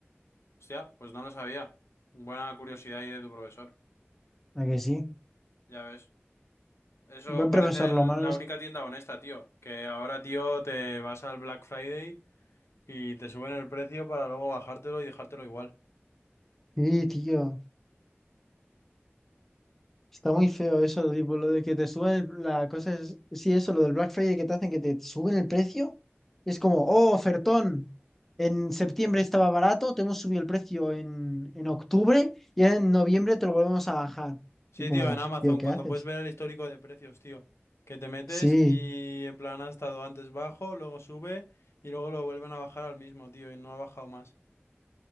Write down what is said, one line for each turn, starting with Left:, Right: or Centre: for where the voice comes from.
Left: Hostia, pues no lo sabía. Buena curiosidad ahí de tu profesor.
Centre: ¿a que sí?
Left: Ya ves. Eso
Centre: Un buen
Left: parece
Centre: profesor,
Left: el-
Centre: lo malo
Left: la
Centre: es...
Left: única tienda honesta, tío. Que ahora, tío, te vas al Black Friday. Y te suben el precio para luego bajártelo y dejártelo igual.
Centre: Sí, tío, está muy feo eso, tipo, lo de que te suben el- la cosa es... Sí, eso, lo del Black Friday que te hacen que te suben el precio. Es como, oh, ofertón, en septiembre estaba barato, te hemos subido el precio en, en octubre y en noviembre te lo volvemos a bajar.
Left: Sí,
Centre: Y como,
Left: tío, en Amazon,
Centre: tío, ¿qué
Left: cuando
Centre: haces?
Left: puedes ver el histórico de precios, tío. Que te metes
Centre: Sí,
Left: y en plan ha estado antes bajo, luego sube y luego lo vuelven a bajar al mismo, tío, y no ha bajado más.